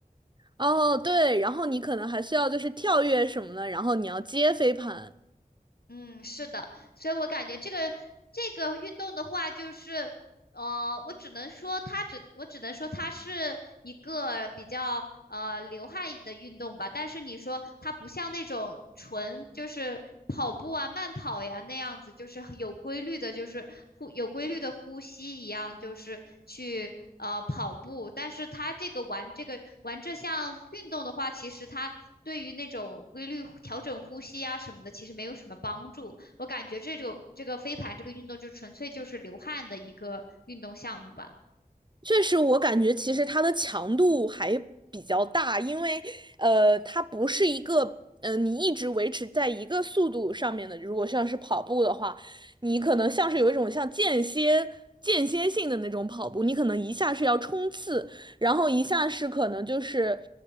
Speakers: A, on the right (about 30°); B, on the left (about 90°).
A: 哦，对，然后你可能还需要就是跳跃什么的，然后你要接飞盘。
B: 嗯，是的，所以我感觉这个这个运动的话，就是呃，我只能说它只，我只能说它是一个比较呃流汗的运动吧。但是你说它不像那种纯就是跑步啊、慢跑呀那样子，就是很有规律的，就是呼有规律的呼吸一样，就是去呃跑步。但是它这个玩这个玩这项运动的话，其实它对于那种规律调整呼吸啊什么的，其实没有什么帮助。我感觉这种这个飞盘这个运动就纯粹就是流汗的一个运动项目吧。
A: 确实，我感觉其实它的强度还比较大，因为呃，它不是一个呃，你一直维持在一个速度上面的。如果像是跑步的话，你可能像是有一种像间歇间歇性的那种跑步，你可能一下是要冲刺，然后一下是可能就是